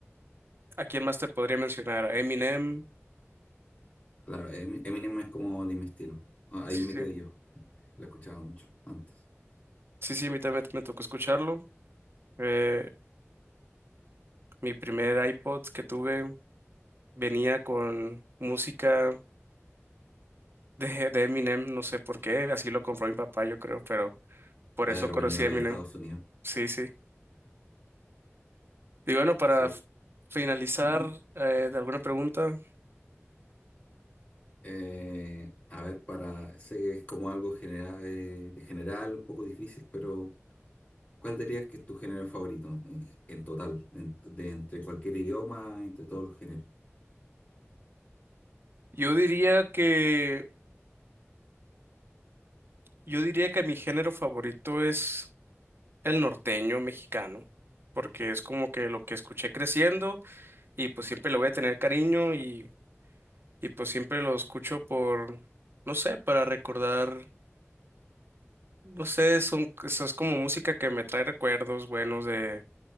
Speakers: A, on the right; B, on the left.
A: ¿a quién más te podría mencionar? A Eminem.
B: Claro, Emi- Eminem es como de mi estilo. Ah, Ahí
A: Sí,
B: me quedé yo. La escuchaba mucho antes
A: sí, sí, a mí también me tocó escucharlo. Eh, mi primer iPod que tuve venía con música. de, de Eminem, no sé por qué, así lo compró mi papá, yo creo, pero por
B: de
A: eso
B: haber
A: conocí
B: venido
A: a Eminem.
B: de Estados Unidos.
A: Sí, sí. Y bueno, para
B: Sí.
A: f- finalizar
B: ujú.
A: eh, de alguna pregunta,
B: Eh, a ver, para, sé que es como algo general, de general, un poco difícil, pero ¿cuál dirías que es tu género favorito en, en total, en- de entre cualquier idioma, entre todos los géneros?
A: yo diría que yo diría que mi género favorito es el norteño mexicano, porque es como que lo que escuché creciendo y pues siempre le voy a tener cariño y y pues siempre lo escucho por no sé, para recordar, no sé, son eso es como música que me trae recuerdos buenos de